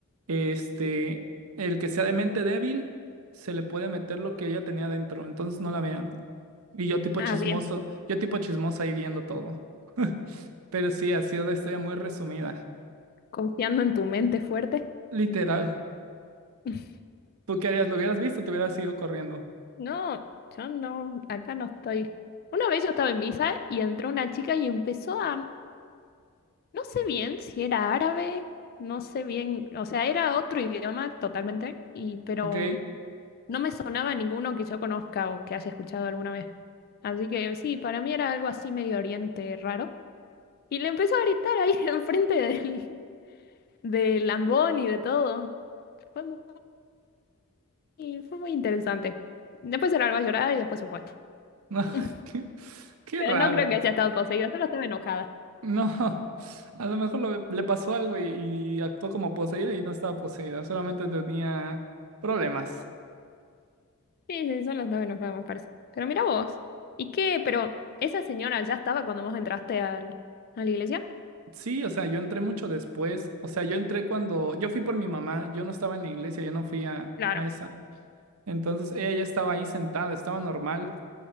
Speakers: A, on the right; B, on the left.
A: este, el que sea de mente débil se le puede meter lo que ella tenía dentro, entonces no la vean. Y yo tipo
B: ah,
A: chismoso,
B: bien.
A: yo tipo chismoso ahí viendo todo. Pero sí, ha sido una historia muy resumida.
B: Confiando en tu mente fuerte.
A: Literal.
B: <laughs>
A: ¿Tú qué harías? ¿Lo hubieras visto? Te hubieras ido corriendo.
B: No, yo no, acá no estoy. Una vez yo estaba en misa y entró una chica y empezó a, no sé bien si era árabe, no sé bien, o sea, era otro idioma totalmente, y pero
A: ¿Ok?
B: No me sonaba ninguno que yo conozca o que haya escuchado alguna vez. Así que sí, para mí era algo así medio oriente raro. Y le empezó a gritar ahí <laughs> enfrente del, del Lambón y de todo. Fue muy, y fue muy interesante. Después se largó a llorar y después se fue.
A: No, <laughs>
B: <laughs>
A: qué, qué
B: Pero
A: raro.
B: no creo que haya estado poseída, solo estaba enojada.
A: No, a lo mejor lo- le pasó algo y, y actuó como poseída y no estaba poseída, solamente tenía problemas.
B: Sí, sí, solo estaba enojada, me parece. Pero mira vos. ¿Y qué? Pero esa señora ya estaba cuando vos entraste al, a la iglesia.
A: Sí, o sea, yo entré mucho después. O sea, yo entré cuando yo fui por mi mamá, yo no estaba en la iglesia, yo no fui a,
B: Claro.
A: a esa. Entonces ella ya estaba ahí sentada, estaba normal.